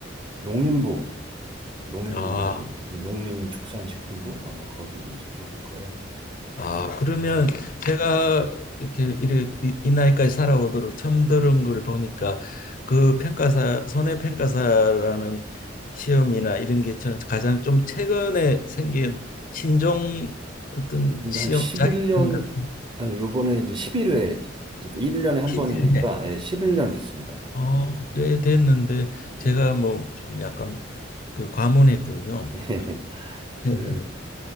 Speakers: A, on the right; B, on the left.
A: 농림부, 농림부,
B: 아,
A: 예, 농림축산식품부 아마 거기 소속일 거예요.
B: 아, 그러면
A: 음,
B: 제가 이렇게 이래 이, 이 나이까지 살아오도록 처음 들은 걸 보니까 그 평가사 손해평가사라는 시험이나 이런 게 저- 가장 좀 최근에 생긴 신종 어떤
A: 근데
B: 시험
A: 한 11년,
B: 자격증 같은
A: 아니, 요번에 이제 11회, 그러니까 1년에 한
B: 11회
A: 번이니까, 예, 11년 됐습니다. 딱.
B: 어, 꽤 됐는데 제가
A: 음.
B: 뭐 좀 약간 그 과문했군요.
A: <laughs> 예,
B: 그래서
A: 그,